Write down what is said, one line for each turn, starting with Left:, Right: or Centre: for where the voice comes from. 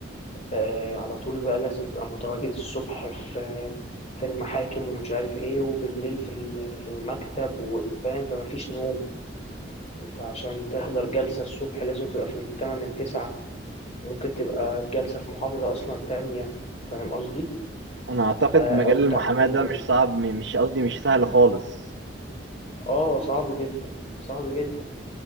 Left: آه على طول بقى لازم أبقى متواجد الصبح في في المحاكم ومش عارف إيه وبالليل في ال- في المكتب وفاهم فما فيش نوم أنت عشان تحضر جلسة الصبح لازم تبقى في المحكمة من تسعة ممكن تبقى الجلسة في محافظة أصلا تانية فاهم قصدي؟
Right: انا اعتقد
Left: آه،
Right: مجال
Left: أو تحقيق
Right: المحاماه ده مش صعب م- مش قصدي مش سهل خالص
Left: اه صعب جدا صعب جدا